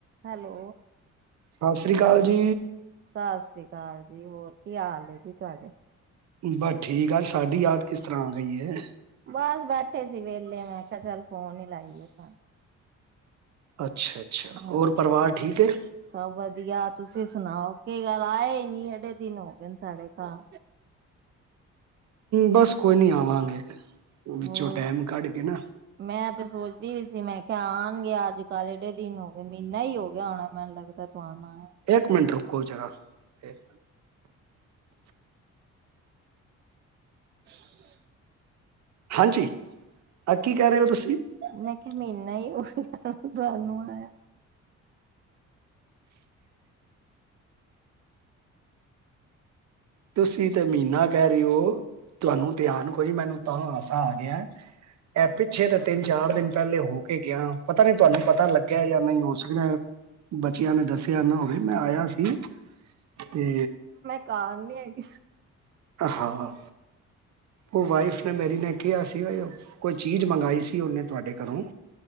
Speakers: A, on the right (about 40°); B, on the right (about 65°).
A: Hello.
B: ਸਤਿ ਸ੍ਰੀ ਅਕਾਲ ਜੀ
A: ਸਾ ਸ੍ਰੀ ਕਾਲ ਜੀ, ਹੋਰ ਕੀ ਹਾਲ ਏ ਜੀ ਤੁਹਾਡੇ?
B: ਬਸ ਠੀਕ ਆ, ਸਾਡੀ ਯਾਦ ਕਿਸ ਤਰ੍ਹਾਂ ਆ ਗਈ ਏ।
A: ਬਸ ਬੈਠੇ ਸੀ ਵੇਲੇ ਮੈਂ ਕਿਹਾ ਚੱਲ ਫੋਨ ਹੀ ਲਾਈਏ ਤੁਹਾਨ।
B: ਅੱਛਾ ਅੱਛਾ, ਔਰ
A: ਹਾਂ।
B: ਪਰਿਵਾਰ ਠੀਕ ਏ?
A: ਸਭ ਵਧੀਆ। ਤੁਸੀਂ ਸੁਣਾਓ? ਕੀ ਗੱਲ ਆਏ ਨੀ ਏਡੇ ਦਿਨ ਹੋ ਗਏ ਸਾਡੇ ਘਰ।
B: ਬਸ ਕੋਈ ਨੀ ਆਵਾਂਗੇ, ਵਿੱਚੋਂ
A: ਹੋਰ,
B: ਟੈਮ ਕੱਢ ਕੇ ਨਾ।
A: ਮੈਂ ਤੇ ਸੋਚਦੀ ਵੀ ਸੀ ਮੈਂ ਕਿਆ ਆਣਗੇ ਅੱਜ-ਕੱਲ੍ਹ, ਏਡੇ ਦਿਨ ਹੋ ਗਏ ਮਹੀਨਾ ਹੀ ਹੋ ਗਿਆ ਹੋਣੈ ਮੈਨੂੰ ਲੱਗਦਾ ਕਦੋਂ ਆਉਣਾ ਆ? -
B: ਏਕ ਮਿੰਟ ਰੁਕੋ ਜ਼ਰਾ। ਏਕ।
A: <inaudible>
B: ਹਾਂਜੀ, ਆ ਕੀ ਕੈ ਰੇ ਹੋ ਤੁਸੀਂ?
A: ਮੈਂ ਕਿਹਾ ਮਹੀ ਈ ਹੋ ਗਿਆ ਤੁਹਾਨੂੰ ਆਇਆ ਨੂੰ।
B: ਤੁਸੀਂ ਤੇ ਮਹੀਨਾ ਕਹਿ ਰਹੀ ਹੋ, ਤੁਹਾਨੂੰ ਧਿਆਨ ਕੋੋਈ ਜੀ ਮੈਨੂੰ ਤਾਂ ਹਾਸਾ ਆ ਗਿਆ। ਇਹ ਪਿੱਛੇ ਤਾਂ ਤਿੰਨ ਚਾਰ ਦਿਨ ਪਹਿਲੇ ਹੋ ਕੇ ਗਿਆ ਪਤਾ ਨਹੀਂੀ ਤੁਹਾਨੂੰ ਪਤਾ ਲੱਗਿਆ ਜਾਂ ਨਹੀਂ ਹੋ ਸਕਦਾ ਬੱਚਿਆਂ ਨੇ ਦੱਸਿਆ ਨਾ ਹੋਵੇ ਮੈਂ ਆਇਆ ਸੀ ਤੇ
A: ਕਾਰ ਨੀ ਹੈਗੀ
B: ਹਾਂ ਉਹ ਵਾਈਫ ਨੇ ਮੇਰੀ ਨੇ ਕਿਹਾ ਸੀ ਉਹ ਕੋਈ ਚੀਜ਼ ਮੰਗਵਾਈ ਸੀ ਉਹਨੇ ਤੁਹਾਡੇ ਘਰੋਂ